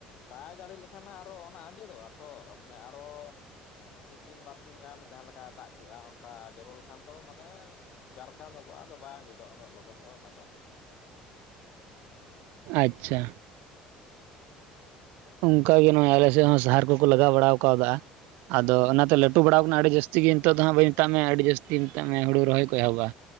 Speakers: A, on the left; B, on the right.
A: ᱵᱟᱭ ᱡᱟᱲᱤ ᱞᱮᱠᱷᱟᱱ ᱟᱨᱚ ᱚᱱᱟ ᱟᱸᱡᱮᱫᱚᱜᱼᱟ ᱛᱚ ᱢᱟᱱᱮ ᱟᱨᱚᱻ ᱢᱤᱫ ᱫᱤᱱ ᱵᱟᱨᱥᱤᱧ ᱜᱟᱱ ᱡᱟᱦᱟᱸ ᱞᱮᱠᱟᱭ ᱫᱟᱜ ᱠᱮᱜᱼᱟ ᱚᱱᱠᱟ ᱡᱚᱨᱚ ᱞᱮᱠᱷᱟᱱ ᱫᱚ ᱢᱟᱱᱮ ᱡᱟᱨᱠᱷᱷᱟ ᱧᱚᱜᱚᱜᱼᱟ ᱟᱫᱚ ᱵᱟᱭ ᱟᱸᱡᱮᱫᱼᱟ ᱩᱱᱟᱹᱜ ᱞᱚᱜᱚᱱ ᱫᱚ ᱚᱱᱟ ᱫᱚ
B: ᱟᱪᱪᱷᱟ ᱚᱱᱠᱟ ᱜᱮ ᱱᱚᱜᱚᱭ ᱟᱞᱮ ᱥᱮᱫ ᱦᱚᱸ ᱥᱟᱦᱟᱨ ᱠᱚᱠᱚ ᱞᱟᱜᱟᱣ ᱵᱟᱲᱟ ᱟᱠᱟᱫᱟ ᱟᱫᱚ ᱚᱱᱟᱛᱮ ᱞᱟᱹᱴᱩ ᱵᱟᱲᱟ ᱟᱠᱟᱱᱟ ᱟᱹᱰᱤ ᱡᱟᱹᱥᱛᱤ ᱡᱛᱤ ᱜᱮ ᱱᱤᱛᱚᱜ ᱫᱚ ᱦᱟᱸᱜ ᱵᱟᱹᱧ ᱢᱮᱛᱟᱜ ᱢᱮ ᱟᱹᱰᱤ ᱡᱟᱹᱥᱛᱤ ᱢᱮᱛᱟᱜ ᱢᱮ ᱦᱩᱲᱩ ᱨᱚᱦᱚᱭ ᱠᱚ ᱮᱦᱚᱵᱼᱟ